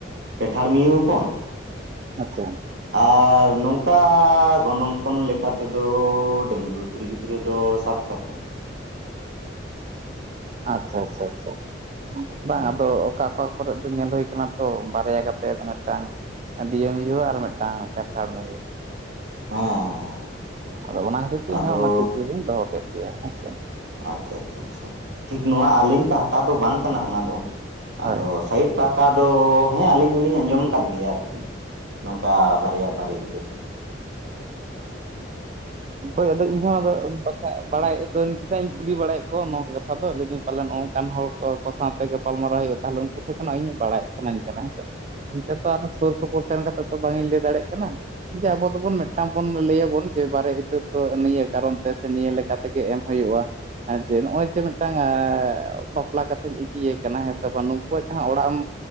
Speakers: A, on the right; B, on the right.
A: ᱯᱮᱴᱷᱟᱲ ᱢᱤᱭᱩ ᱦᱚᱯᱚᱱ᱾
B: ᱟᱪᱪᱷᱟ ᱾
A: ᱟᱨ ᱱᱚᱝᱠᱟ ᱜᱚᱱᱚᱝ ᱯᱚᱱ ᱞᱮᱠᱟ ᱛᱮᱫᱚ ᱰᱟᱹᱝᱜᱩᱣᱟᱹ ᱠᱩᱲᱤ ᱜᱤᱫᱽᱨᱟᱹ ᱫᱚ ᱥᱟᱛ ᱴᱟᱠᱟ ᱾
B: ᱟᱪᱪᱷᱟ ᱟᱪᱪᱷᱟ ᱟᱪᱪᱷᱟ ᱵᱟᱝ
A: ᱦᱮᱸ
B: ᱟᱫᱚ ᱚᱠᱟ ᱚᱠᱟ ᱠᱚᱨᱮᱜ ᱫᱚ ᱧᱮᱞ ᱦᱩᱭ ᱠᱟᱱᱟ ᱛᱚ ᱵᱟᱨᱭᱟ ᱠᱟᱛᱮ ᱢᱤᱫ ᱴᱟᱝ ᱟᱰᱤᱭᱟᱹ ᱢᱤᱦᱩ ᱟᱨ ᱢᱤᱫᱴᱟᱝ ᱯᱮᱴᱷᱟᱲ ᱢᱤᱦᱩ ᱾
A: <unintelligible>
B: ᱟᱫᱚ ᱚᱱᱟ ᱠᱷᱟᱛᱤᱨ ᱛᱮ ᱤᱧᱦᱚᱸ
A: ᱟᱫᱚ
B: ᱚᱱᱟ ᱠᱩᱠᱞᱤ ᱫᱚᱧ ᱫᱚᱦᱚ ᱠᱮᱫ ᱜᱮᱭᱟ ᱦᱮᱸᱥ ᱾
A: ᱟᱪᱪᱷᱟ ᱟᱪᱪᱷᱟ ᱴᱷᱤᱠ ᱱᱚᱣᱟ ᱟᱹᱞᱤᱧ ᱯᱟᱦᱴᱟ ᱫᱚ ᱵᱟᱝ ᱠᱟᱱᱟ ᱚᱱᱟ ᱫᱚ,
B: ᱦᱳᱭ
A: ᱟᱫᱚ ᱥᱟᱭᱤᱴ ᱯᱟᱦᱴᱟ ᱫᱚ ᱦᱮᱸ ᱟᱹᱞᱤᱧ ᱦᱚᱞᱤᱧ ᱟᱸᱡᱚᱢ ᱟᱠᱟᱫ ᱜᱮᱭᱟ ᱟᱨᱠᱤ ᱱᱚᱝᱠᱟ ᱵᱟᱨᱭᱟ ᱵᱟᱨᱮ ᱤᱛᱟᱹᱫ ᱾
B: ᱦᱳᱭ ᱟᱫᱚ ᱤᱧ ᱦᱚᱸ ᱟᱫᱚ ᱵᱟᱲᱟᱭ ᱟᱫᱚ ᱪᱮᱫᱟᱜ ᱤᱧ ᱠᱩᱞᱤ ᱵᱟᱲᱟᱭᱮᱫ ᱠᱚᱣᱟ ᱱᱚᱣᱟ ᱠᱟᱛᱷᱟ ᱫᱚ ᱞᱟᱹᱭᱫᱟᱹᱧ ᱯᱟᱞᱮᱱ ᱱᱚᱝᱠᱟᱱ ᱦᱚᱲ ᱠᱚ ᱠᱚ ᱥᱟᱶᱛᱮ ᱜᱟᱯᱟᱞᱢᱟᱨᱟᱣ ᱦᱩᱭᱩᱜ-ᱟ ᱛᱟᱦᱚᱞᱮ ᱩᱱᱠᱩ ᱴᱷᱮᱡ ᱠᱷᱚᱱᱟᱜ ᱤᱧ ᱵᱟᱲᱟᱭ ᱥᱟᱱᱟᱹᱧ ᱠᱟᱱᱟ ᱦᱮᱸ ᱥᱮ᱾ <unintelligible> ᱛᱚ ᱟᱨ ᱥᱩᱨ ᱥᱩᱯᱩᱨ ᱥᱮᱱ ᱠᱟᱛᱮ ᱛᱚ ᱵᱟᱝ ᱤᱧ ᱞᱟᱹᱭ ᱫᱟᱲᱮᱭᱟᱜ ᱠᱟᱱᱟ ᱾ ᱡᱮ ᱟᱵᱚ ᱫᱚᱵᱚᱱ ᱢᱤᱫᱴᱟᱝ ᱵᱚᱱ ᱞᱟᱹᱭ ᱟᱵᱚᱱ ᱡᱮ ᱵᱟᱨᱮ ᱤᱛᱟᱹ ᱫᱚ ᱱᱤᱭᱟᱹ ᱠᱟᱨᱚᱱ ᱛᱮᱥᱮ ᱱᱤᱭᱟᱹ ᱞᱮᱠᱟ ᱛᱮᱜᱮ ᱮᱢ ᱦᱩᱭᱩᱜ-ᱟ᱾ ᱦᱮᱸ ᱡᱮ ᱱᱚ-ᱚᱭ ᱡᱮ ᱢᱤᱫᱴᱟᱝ ᱮᱸ ᱵᱟᱯᱞᱟ ᱠᱟᱛᱮᱢ ᱤᱫᱤᱭᱮ ᱠᱟᱱᱟ ᱦᱮᱸ ᱥᱮ ᱵᱟᱝ ᱱᱩᱠᱩᱣᱟᱜ ᱡᱟᱦᱟᱸ ᱚᱲᱟᱜ ᱮᱢ